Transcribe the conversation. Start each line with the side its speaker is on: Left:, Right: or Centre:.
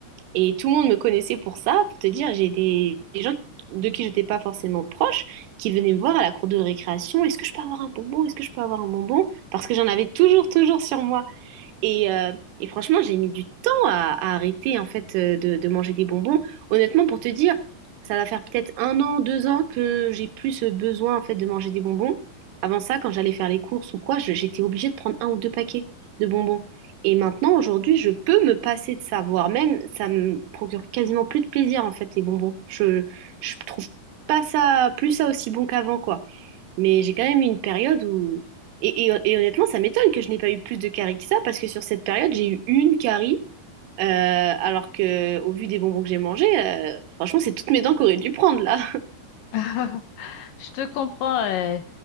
Right: Et tout le monde me connaissait pour ça, pour te dire, j'ai des, des gens de qui j'étais pas forcément proche qui venaient me voir à la cour de récréation. Est-ce que je peux avoir un bonbon? Est-ce que je peux avoir un bonbon? Parce que j'en avais toujours, toujours sur moi. Et, euh, et franchement, j'ai mis du temps à, à arrêter en fait euh, de, de manger des bonbons. Honnêtement, pour te dire, ça va faire peut-être un an, deux ans que j'ai plus ce besoin en fait de manger des bonbons. Avant ça, quand j'allais faire les courses ou quoi, je- j'étais obligée de prendre un ou deux paquets de bonbons. Et maintenant, aujourd'hui, je peux me passer de ça, voire même ça me procure quasiment plus de plaisir en fait les bonbons. Je je trouve pas ça plus ça aussi bon qu'avant quoi. Mais j'ai quand même eu une période où... Et, et- et honnêtement, ça m'étonne que je n'ai pas eu plus de caries que ça, parce que sur cette période, j'ai eu une carie, euh, alors que au vu des bonbons que j'ai mangés, euh, franchement, c'est toutes mes dents qu'aurait dû prendre là.
Left: <laughs> Je te comprends. euh,